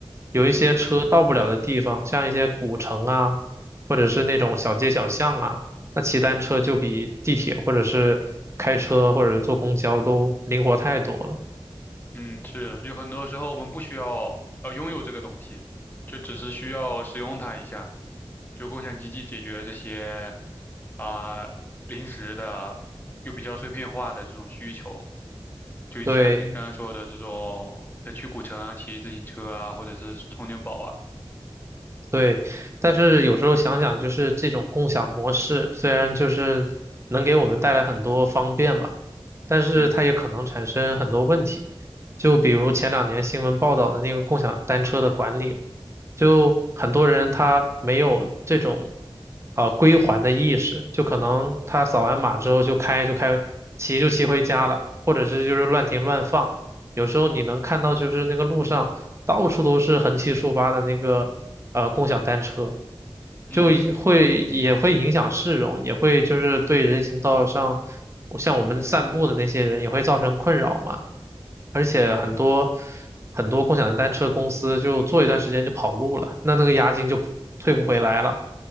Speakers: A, on the right; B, on the left.
A: 有一些车到不了的地方，
B: 嗯
A: 像一些古城啊，或者是那种小街小巷啊。那骑单车就比地铁或者是开车或者是坐公交都灵活太多了。
B: 嗯，是，就很多时候我们不需要呃拥有这个东西，就只是需要使用它一下。就共享经济解决了这些啊、临时的又比较碎片化的这种需求。就像你刚刚说的这种，
A: 对，
B: 呃，去古城啊，骑自行车啊，或者是充电宝啊，
A: 对，但是有时候想想，就是这种共享模式，虽然就是能给我们带来很多方便吧，但是它也可能产生很多问题。
B: 嗯
A: 就比如前两年新闻报道的那个共享单车的管理，就很多人他没有这种呃归还的意识，就可能他扫完码之后就开就开，骑就骑回家了，或者是就是乱停乱放。有时候你能看到，就是那个路上到处都是横七竖八的那个呃共享单车，
B: 嗯
A: 就也会也会影响市容，也会就是对人行道上像我们散步的那些人也会造成困扰嘛。而且很多
B: 嗯
A: 很多共享单车公司就做一段时间就跑路了，那那个押金就退不回来了。